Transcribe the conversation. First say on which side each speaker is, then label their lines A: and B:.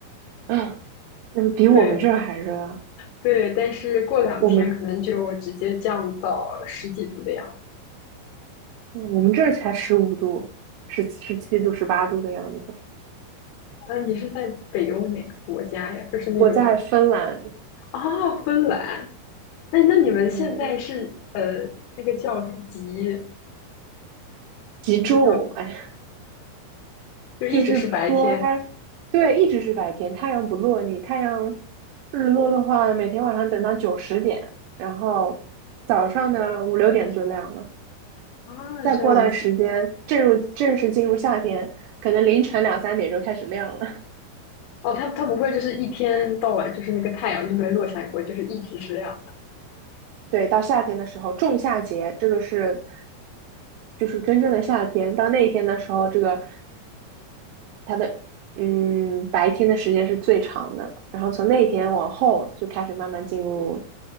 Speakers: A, on the right; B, on the left.
A: 嗯，那个比我们这儿还热啊，
B: 对对，但是过两天可能就直接降到十几度的样子。
A: 我们嗯我们这儿才十五度，十十七度、十八度的样子。
B: 呃，你是在北欧哪个国家呀？就是那种
A: 我在芬兰，
B: 啊，芬兰。那那你们现在是呃，
A: 嗯，
B: 那个叫什么极，
A: 极昼，
B: 那个叫什么，
A: 哎，
B: 就一直是白天
A: 就是说它对一直是白天，太阳不落。你太阳日落的话，每天晚上等到九十点，然后早上呢五六点就亮了。
B: 啊，
A: 再过段时间，
B: 这样子。
A: 正入正式进入夏天，可能凌晨两三点就开始亮了。
B: 哦，它它不会就是一天到晚就是那个太阳就没落下过，就是一直是这样的。
A: <laughs> 对，到夏天的时候，仲夏节，这个是就是真正的夏天。到那一天的时候，这个它的嗯白天的时间是最长的，然后从那天往后就开始慢慢进入